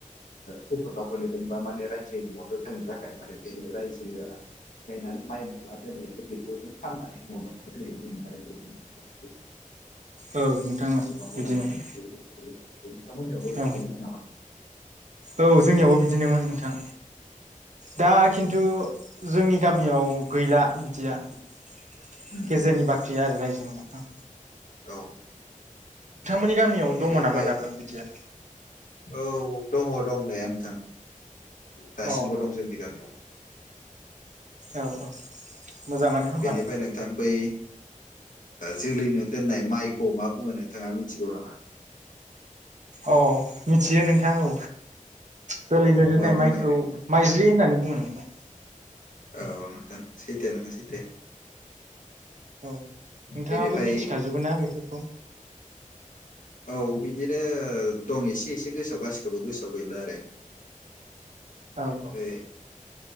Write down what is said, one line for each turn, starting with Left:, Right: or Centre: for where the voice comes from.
Left: थख दावख लैदोंबा माने रायजो मदद होनो थाखाय माने बे रायजोआ गायनानै माइ मोनला दोननायखौ बेखौ फाननानै दोननाय जों आरोनाव
Right: औ नोंथां औ
Left: नोंथांमोननियावबो
Right: बिदिनोमोन
Left: बिदि
Right: औ
Left: नामा
Right: औ जोंनियावबो बिदिनोमोन नोंथां दा खिन्थु जोंनि गामियाव गैला बिदिया गेजेरनि
Left: उम उम
Right: बाख्रिया आरो रायजोनिया
Left: औ
Right: नोंथांमोननि गामियाव
Left: बेनिफ्राय
Right: दङ नामा दाबो बिदिया
Left: औ दङ दंनाया नोंथां दासिमबो
Right: अ
Left: दं जोंनि गामियाव
Right: औ औ मोजाङानो होमबा
Left: बेनिफ्राय नोंथां बै जोलैनो दोननाय माइखौ मा बुङो नोंथाङा मिथिगौ नामा
Right: अ मिथियो नोंथां औ जोलैनो
Left: औ
Right: दोननाय
Left: मा बुङो
Right: माइखौ
Left: ओरैनो
Right: माइज्लि होननानै बुङो नोंथां
Left: औ नोंथां सैथो नोंथां सैथो
Right: औ नोंथाङाबो
Left: बेनिफ्राय
Right: मिथिखाजोबो ना बेफोरखौ
Left: औ बिदिनो दं एसे एसे गोसोआव गासिखौबो गोसोआव गैला आरो
Right: औ औ
Left: बे